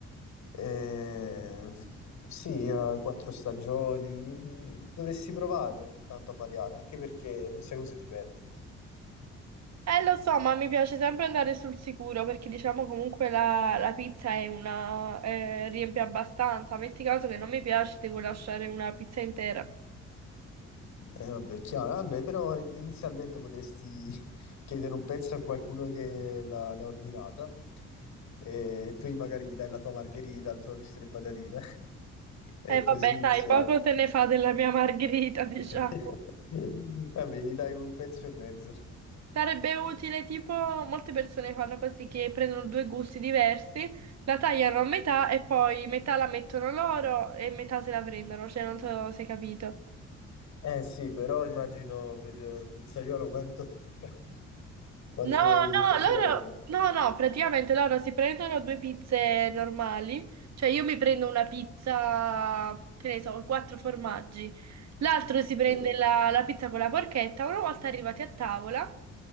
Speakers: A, on the left; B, on the right.
A: Eh, sì, eh, quattro stagioni, mm, dovresti provare ogni tanto a variare, anche perché non sai cosa ti perdi.
B: Eh, lo so, ma mi piace sempre andare sul sicuro perché diciamo comunque la, la pizza è una, eh, riempie abbastanza. Metti caso che non mi piace, devo lasciare una pizza intera.
A: Eh, vabbè, è chiaro, vabbè, però in- inizialmente potresti <laughs> chiedere un pezzo a qualcuno che l'ha l'ha ordinata e tu magari gli dai la tua margherita, il tuo risto e le patatine <laughs> e
B: E
A: così
B: vabbè,
A: inizia...
B: dai, poco te ne fa della mia margherita, <laughs> diciamo.
A: <laughs> Vabbè, gli dai un pezzo e mezzo.
B: Sarebbe utile, tipo, molte persone fanno così che prendono due gusti diversi, la tagliano a metà e poi metà la mettono loro e metà se la prendono, cioè non so se hai capito.
A: Eh sì, però immagino per il pizzaiolo quanto, <laughs> quanto
B: No, no,
A: gli piacerebbe.
B: loro, no, no, praticamente loro si prendono due pizze normali, cioè io mi prendo una pizza, che ne so, quattro formaggi, l'altro si prende
A: Sì,
B: la, la pizza con la porchetta, una volta arrivati a tavola